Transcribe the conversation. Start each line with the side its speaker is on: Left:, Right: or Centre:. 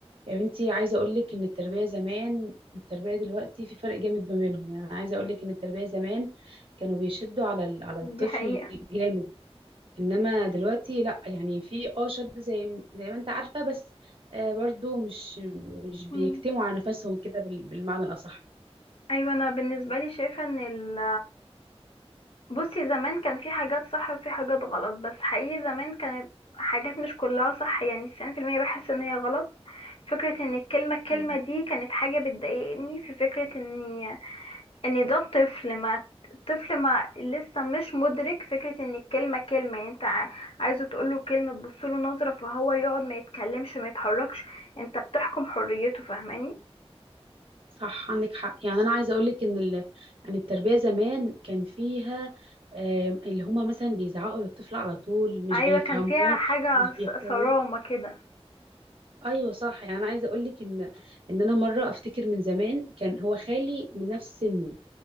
Right: يا بنتي عايزة أقولك إن التربية زمان والتربية دلوقتي في فرق جامد ما بينهم يعني عايزة أقولك إن التربية زمان كانوا بيشدوا على ال- على الطفل
Left: دي حقيقة
Right: جامد إنما دلوقتي لأ يعني في اه شد زي م- زي ما أنت عارفة بس آه برضو مش مش بيكتموا
Left: مم.
Right: على نفسهم كده بال- بالمعنى الأصح
Left: أيوة أنا بالنسبة لي شايفة إن ال بصي زمان كان في حاجات صح وفي حاجات غلط بس حقيقي زمان كانت حاجات مش كلها صح يعني 90% بحس إن هي غلط فكرة إن الكلمة الكلمة
Right: مم.
Left: دي كانت حاجة بتضايقني في فكرة إن إن ده طفل ما الطفل ما لسه مش مدرك فكرة إن الكلمة كلمة يعني أنت ع- عايزه تقوله كلمة تبصله نظرة فهو يقعد ما يتكلمش ما يتحركش أنت بتحكم حريته فاهماني
Right: صح عندك حق يعني أنا عايزة أقولك إن ال... يعني التربية زمان كان فيها آه اللي هما مثلا بيزعقوا للطفل على طول مش
Left: ايوه
Right: بيفهموه
Left: كان فيها حاجة
Right: مش
Left: ص-
Right: بيحتووه
Left: صرامة كده
Right: ايوه صح يعني انا عايزه اقول لك ان ان انا مره افتكر من زمان كان هو خالي من نفس سني